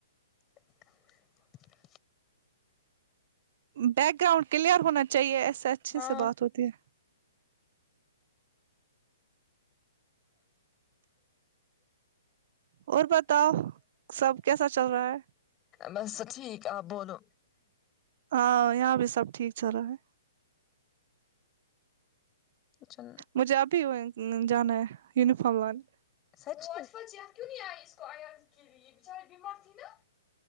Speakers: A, on the left; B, on the right.
A: <inaudible>
B: بیک گراؤنڈ کلیئر ہونا چاہیے ایسے اچھے
A: ہاں
B: سے بات ہوتی ہے اور بتاؤ سب کیسا چل رہا ہے
A: بس ٹھیک آپ بولو
B: ہاں یہاں بھی سب ٹھیک چل رہا ہے
A: اچھا
B: مجھے ابھی وزنل جانا ہے یونیفارم لانے
A: سچ میں کیوں نہیں آئی اس کو عیادت کے لیے چے بیمار تھی نا